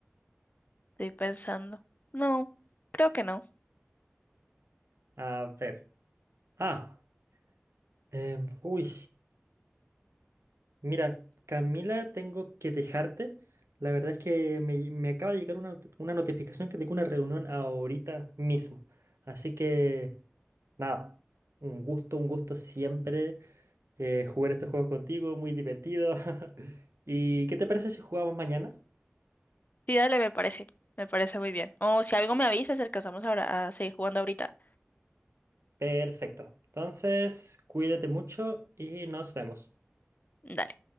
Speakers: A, on the left; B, on the right.
A: Estoy pensando. No, creo que no.
B: A ver. Ah, em, uy. Mira, Camila, tengo que dejarte. La verdad es que me, me acaba de llegar una, not- una notificación que tengo una reunión ahorita mismo. Así que, nada, un gusto, un gusto siempre eh, jugar estos juegos contigo, muy divertido. <laughs> ¿Y qué te parece si jugamos mañana?
A: Sí, dale, me parece. Me parece muy bien. O si algo me avisas, alcanzamos ahora a seguir jugando ahorita.
B: Perfecto. Entonces, cuídate mucho y nos vemos.
A: Dale.